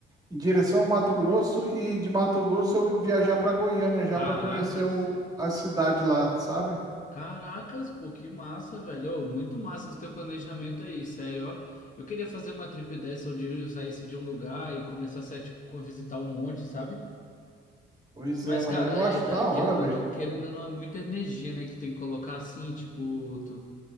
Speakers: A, on the right; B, on the left.
A: em direção ao Mato Grosso e de Mato Grosso eu viajar pra Goiânia já
B: Caracas.
A: pra conhecer o- a cidade lá, sabe?
B: Caracas, pô, que massa, velho. Ô, muito massa esse teu planejamento aí, sério, ó. Eu queria fazer uma trip dessa onde eu saísse de um lugar e começasse a, tipo, co- visitar um monte, sabe?
A: Pois
B: Mas,
A: é, mano.
B: cara,
A: Eu
B: é,
A: acho
B: é, tá-
A: da
B: querendo
A: hora, velho.
B: ou não, querendo ou não, é muita energia, né? Que tu tem que colocar assim, tipo, tu,